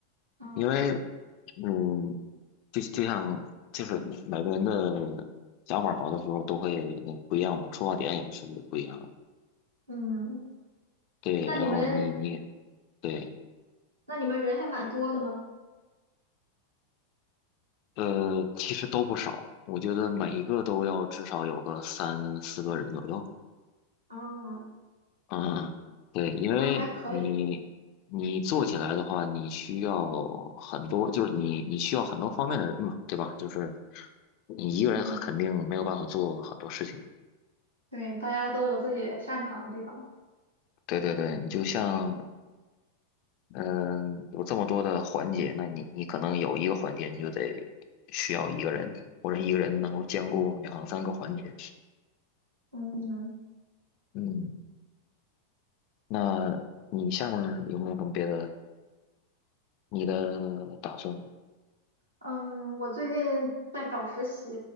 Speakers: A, on the right; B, on the left.
A: 嗯
B: 因为，嗯，就就像就是每个人的想法好的时候都会那不一样嘛，出发点也是不一样的
A: 嗯，
B: 对，
A: 那你们
B: 然后你你对，
A: 那你们人还蛮多的吗？
B: 呃，其实都不少，我觉得每一个都要至少有个三四个人左右。
A: 嗯，
B: 嗯，对，因为你你做起来的话，
A: 那还可以。
B: 你需要很多，就是你你需要很多方面的人嘛，对吧？就是你一个人肯定没有办法做很多事情。
A: 嗯，对，大家都有自己擅长的地方。
B: 对对对，你就像嗯，有这么多的环节，那你你可能有一个环节你就得需要一个人，或者一个人能够兼顾两三个环节。
A: 嗯。
B: 嗯，那你下面有没有什么别的你的打算？
A: 嗯，我最近在找实习，